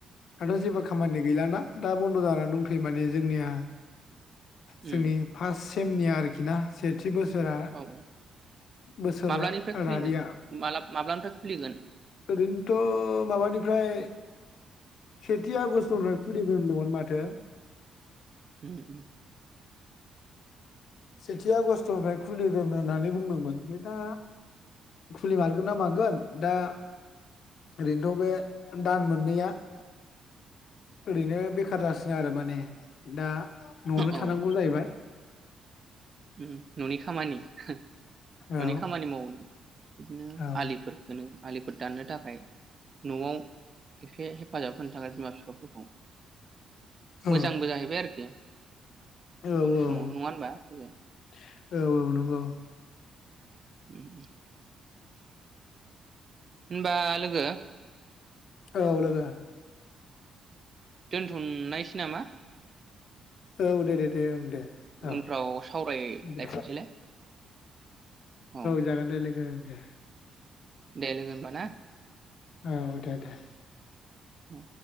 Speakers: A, on the left (about 65°); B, on the right (about 45°).
A: दाथ' जेबो खामानि गैलाना दा बनद' जानानै दंथयो माने जोंनिया जोंनि
B: उम
A: सेमनिया आरोखि ना सेथि बोसोरा
B: औ
A: बोसोरारिया
B: माब्लानिफ्राय खुलिनो माला माब्लानिफ्राय खुलिगोन
A: ओरैनोथ' माबानिफ्राय सेथि आगस्टनिफ्राय खोलिगोन होनदोंमोन माथो
B: उम उम
A: सेथि आगष्टनिफ्राय खुलिगोन होननानै बुंदोंमोन ओमफ्राय दा खुलि मार गोन ना मागोन दा ओरैनोथ' बे दान मोननैया ओरैनो बेखार जासिन आरो माने दा न'आवनो
B: औ
A: थानांगौ जाहैबाय
B: उम न'नि खामानि न'नि
A: औ
B: खामानि मावनो बिदिनो
A: औ
B: आलिफोरखोनो आलिफोर दाननो थाखाय न'आव एसे हेफाजाब होनो थाखाय बिमा बिफाफोरखौ
A: औ
B: मोजांबो जाहैबाय आरोखि
A: औ
B: जिखुनु
A: औ
B: समाव नङा होनबा लोगो?
A: <inaudible> औ औ नंगौ।
B: उम उम होनबा लोगो
A: औ लोगो
B: दोन्थ'नायसै नामा?
A: औ दे दे दे ओं दे। औ
B: उनफ्राव सावरायलायफिनसैलाय
A: दे
B: औ।
A: जागोन दे लोगो ओं दे
B: देे लोगो होनबा ना।
A: औ दे दे
B: औ